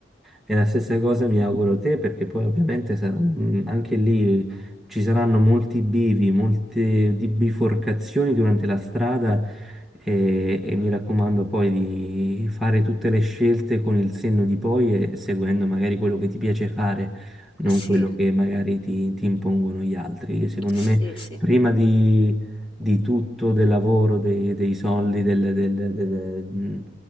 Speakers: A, in the centre; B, on the left.
A: E la stessa cosa mi auguro a te, perché poi ovviamente sarà- mm, anche lì ci saranno molti bivi, molte di- biforcazioni durante la strada e, e mi raccomando poi di fare tutte le scelte con il senno di poi e seguendo magari quello che ti piace fare, non
B: Sì,
A: quello che magari ti, ti impongono gli altri. Secondo
B: sì,
A: me,
B: sì.
A: prima di tutto, del lavoro, dei, dei soldi, del- del- del- mh,